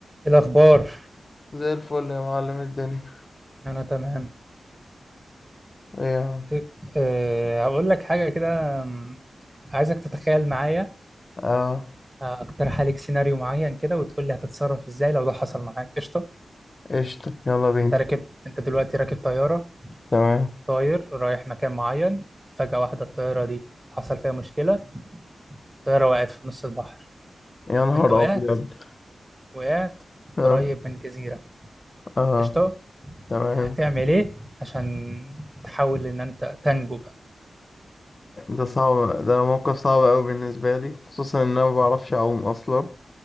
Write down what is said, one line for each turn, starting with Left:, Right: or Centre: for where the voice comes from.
Right: إيه الأخبار
Left: زي الفل يا معلم الدنيا
Right: أنا تمام
Left: ايه يا معلم؟
Right: إيه، أه هقول لك حاجة كده أم، عايزك تتخيل معايا
Left: اه
Right: أه، أقترح عليك سيناريو معين كده وتقول لي هتتصرف إزاي لو ده حصل معاك قشطة
Left: قشطة يلا بينا
Right: أنت راكب أنت دلوقتي راكب طيارة
Left: تمام
Right: طاير رايح مكان معين فجأة واحدة الطيارة دي حصل فيها مشكلة الطيارة وقعت في نص البحر
Left: يا نهار
Right: أنت وقعت
Left: أبيض
Right: وقعت
Left: اه
Right: قريب من جزيرة
Left: اه
Right: قشطة
Left: تمام
Right: هتعمل إيه عشان تحاول إن أنت تنجو بقى
Left: ده صعب ده موقف صعب أوي بالنسبة لي خصوصا إن أنا ما بعرفش أعوم أصلا